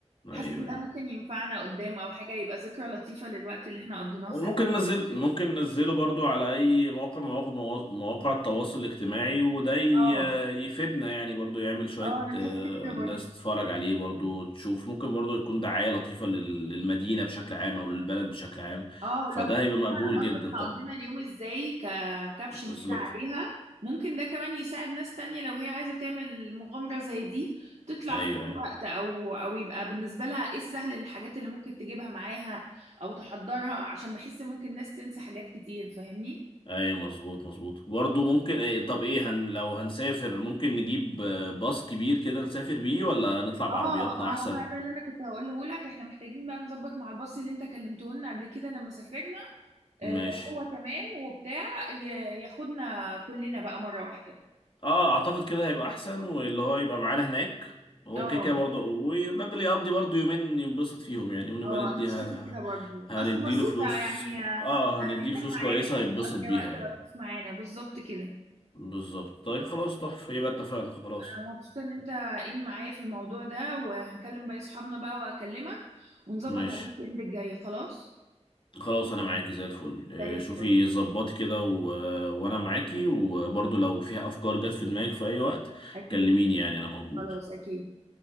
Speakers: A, on the left; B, on the right.
A: ايوه
B: حاسة ان ده
A: ايوه
B: ممكن ينفعنا قدام او حاجة يبقى ذكرى لطيفة للوقت اللي احنا قضيناه
A: وممكن
B: سوا
A: ننزل ممكن ننزله برضو على اي موقع مواقع مواقع التواصل الاجتماعي وده ي-
B: اه
A: يفيدنا يعني برضو يعمل شوية
B: اه انا
A: آه،
B: حاسه كده
A: الناس
B: برضه
A: تتفرج عليه برضو تشوف ممكن برضو يكون دعاية لطيفة لل- للمدينة بشكل عام او للبلد بشكل عام
B: اه
A: فده
B: لو برضه
A: هيبقى مقبول جدا
B: احنا
A: طبعا
B: قضينا اليوم ازاي ككابشن
A: بالظبط
B: كده عليها ممكن ده كمان يساعد ناس تانية لو هي عايزة تعمل مغامرة زي دي تطلع
A: ايوه
B: في أي
A: ايوه
B: وقت أو أو يبقى بالنسبة لها إيه السهل الحاجات اللي ممكن تجيبها معاها أو تحضرها عشان بحس ممكن ناس تنسى حاجات كتير فاهمني؟
A: ايوه مظبوط مظبوط برضو ممكن إيه طب ايه هن لو هنسافر ممكن نجيب آه، باص كبير كده نسافر بيه ولا نطلع بعربياتنا
B: اه ما
A: احسن
B: هو بقى ده اللي انا كنت هقوله لك احنا محتاجين بقى نظبط مع الباص اللي انت كلمته لنا قبل كده لما سافرنا آه،
A: ماشي
B: لو هو تمام وبتاع ي- ياخدنا كلنا بقى مرة واحدة
A: اه اعتقد كده هيبقى احسن واللي هو يبقى معانا هناك هو
B: اه
A: كده كده برضه والراجل يقضي برضه يومين ينبسط فيهم يعني ونبقى
B: اه
A: نديها
B: انا شايفه كده برضو
A: هنديله
B: اصل بسيطه
A: فلوس
B: يعني آه،
A: اه هنديله
B: هينام
A: فلوس
B: معانا
A: كويسة هيتبسط
B: هتقضي
A: بيها
B: وقت
A: يعني
B: لطيف معانا بالظبط كده
A: بالظبط طيب خلاص تحفة يبقى اتفقنا خلاص
B: انا مبسوطه ان انت ان معايا في الموضوع ده وهنكلم باقي صحابنا بقى وهكلمك ونظبط
A: ماشي
B: على الويك اند الجاي خلاص
A: خلاص انا معاكي زي الفل آه،
B: زي الفل
A: شوفي ظبطي كده و... وانا معاكي وبرضه لو فيها افكار جت في دماغك في اي وقت
B: اكيد
A: كلميني يعني انا موجود
B: خلاص اكيد